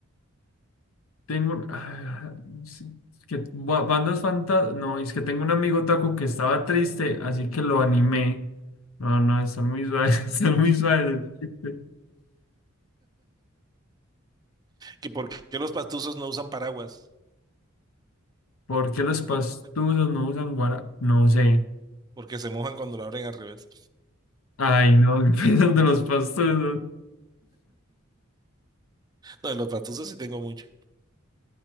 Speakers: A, on the left (about 80°); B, on the right (about 20°).
A: tengo, ah, sí, que ba- bandas fantasmas, no, es que tengo un amigo taco que estaba triste, así que lo animé. No, no, están muy suaves, <laughs> están muy suaves. el chiste.
B: ¿Que por qué los pastuzos no usan paraguas?
A: ¿Por qué los pastusos
B: Por-
A: no usan guara? No sé.
B: Porque se mojan cuando lo abren al revés.
A: Ay, no, <laughs> qué piensas de los pastusos.
B: No, de los pastuzos sí tengo mucho.